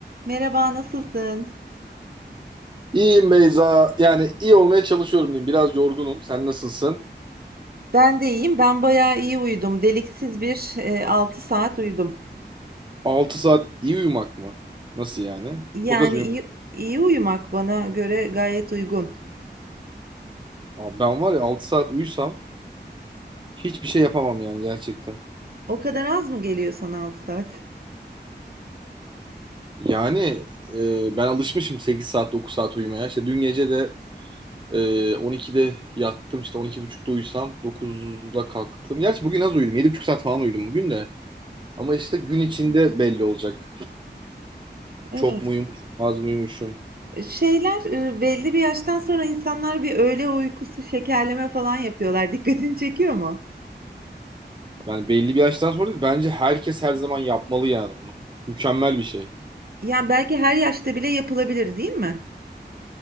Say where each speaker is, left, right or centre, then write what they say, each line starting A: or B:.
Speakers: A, on the right (about 60°); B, on the right (about 25°).
A: Merhaba, nasılsın?
B: İyiyim Beyza. Yani iyi olmaya çalışıyorum diyeyim. Biraz yorgunum. Sen nasılsın?
A: Ben de iyiyim. Ben bayağı iyi uyudum. Deliksiz bir e, 6 saat uyudum.
B: Altı saat iyi uyumak mı? Nasıl yani?
A: Yani
B: Çok az uyumuşum.
A: iyi, iyi uyumak bana göre gayet uygun.
B: Abi ben var ya 6 saat uyusam hiçbir şey yapamam yani gerçekten.
A: O kadar az mı geliyor sana 6 saat?
B: Yani e, ben alışmışım 8 saat 9 saat uyumaya. İşte dün gece de e, 12'de yattım işte on iki buçukta uyusam dokuzda kalktım. Gerçi bugün az uyudum. Yedi buçuk saat falan uyudum bugün de. Ama işte gün içinde belli olacak.
A: Evet.
B: Çok mu uyumuşum, az mı uyumuşum?
A: Şeyler e, belli bir yaştan sonra insanlar bir öğle uykusu şekerleme falan yapıyorlar. Dikkatini çekiyor mu?
B: Yani belli bir yaştan sonra bence herkes her zaman yapmalı yani onu. Mükemmel bir şey.
A: Yani belki her yaşta bile yapılabilir, değil mi?